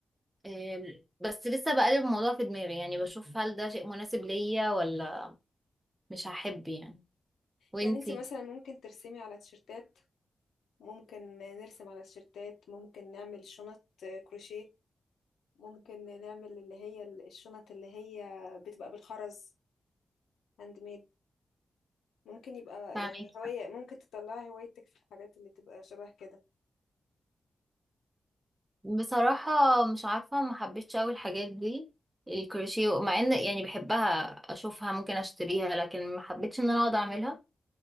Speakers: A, on the right; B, on the left.
A: أم، بس لسه بقلب الموضوع في دماغي يعني بشوف هل ده شيء مناسب ليا ولا مش هحب يعني وانتي
B: يعني انت مثلا ممكن ترسمي على تيشرتات ممكن نرسم على تيشرتات ممكن نعمل شنط آه، كروشيه ممكن نعمل اللي هي ال- الشنط اللي هي بتبقى بالخرز هاند ميد ممكن يبقى
A: فاهمك
B: يعني هواية ممكن تطلعي هوايتك في الحاجات اللي تبقى شبه كده
A: بصراحة مش عارفة ما حبيتش أوي الحاجات دي الكروشيه مع ان يعني بحبها اشوفها ممكن اشتريها لكن ما حبيتش ان انا اقعد اعملها